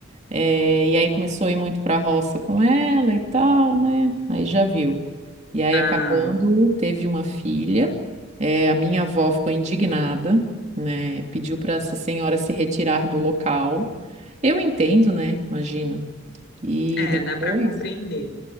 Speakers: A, on the right; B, on the left.
A: eh, e aí começou a ir muito para a roça com ela e tal, né? Aí já viu. E aí
B: Ah,
A: acabando, teve uma filha, eh, a minha avó ficou indignada, né? Pediu para essa senhora se retirar do local. Eu entendo, né? Imagina. E
B: é,
A: depois.
B: dá para compreender.